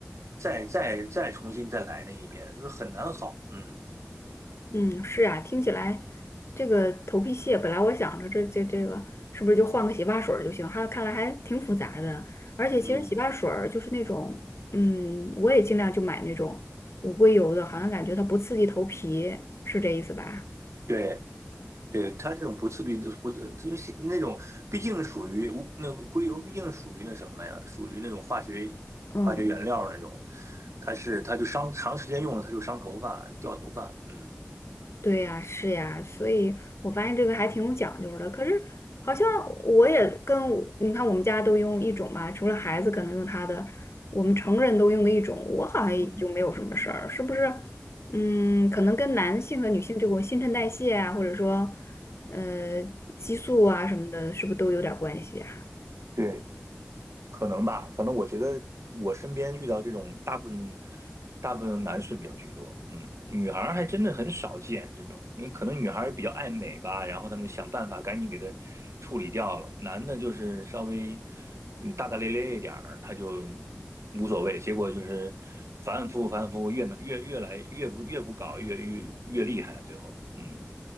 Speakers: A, on the right; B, on the left.
A: 再再再重新再来那一遍，就是很难好。嗯
B: 嗯，是啊，听起来这个头皮屑本来我想着这这这个是不是就换个洗发水儿就行，还看来还挺复杂的。而且其实洗发水儿就是那种，
A: 嗯，
B: 嗯，我也尽量就买那种无硅油的，好像感觉它不刺激头皮，是这意思吧？
A: 对对，它这种不刺鼻的不，因为是那种毕竟属于无那个硅油，毕竟属于那什么呀，属于那种化学化学原料那种，
B: 嗯，
A: 它是它就伤长时间用了，它就伤头发掉头发。嗯
B: 对呀，是呀，所以我发现这个还挺有讲究的。可是好像我也跟我你看，我们家都用一种吧，除了孩子可能用他的，我们成人都用的一种，我好像也就没有什么事儿，
A: 嗯，
B: 是不是？嗯，可能跟男性和女性这种新陈代谢啊，或者说呃激素啊什么的，是不是都有点关系啊？
A: 对。可能吧，反正我觉得我身边遇到这种大部分大部分男士比较居多，嗯，女孩儿还真的很少见这种，因为可能女孩儿比较爱美吧，然后他们想办法赶紧给她处理掉了，男的就是稍微嗯大大咧咧一点儿，他就无所谓，结果就是反反复复反反复复，越越越来越不越不搞越越越厉害，最后，嗯，